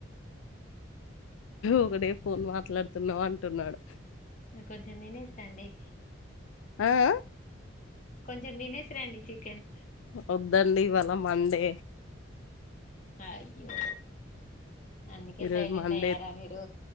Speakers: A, on the left; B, on the left.
A: ఒకటే ఫోన్ మాట్లాడుతున్నావు అంటున్నాడు.
B: ఇంకొంచెం తినేసి రండీ
A: ఆ ఆ
B: కొంచెం దినేసిరండి చికెన్
A: వద్దండి ఇవాళా మండే
B: హాయ్యో అందుకే
A: ఈరోజు
B: సైలెంట్
A: మండే
B: అయ్యారా మీరు